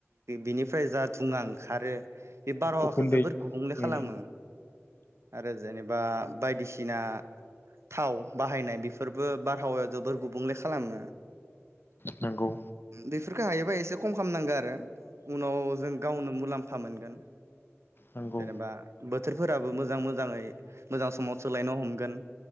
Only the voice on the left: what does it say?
उखुन्दै
नंगौ
नोंगौ
नंगौ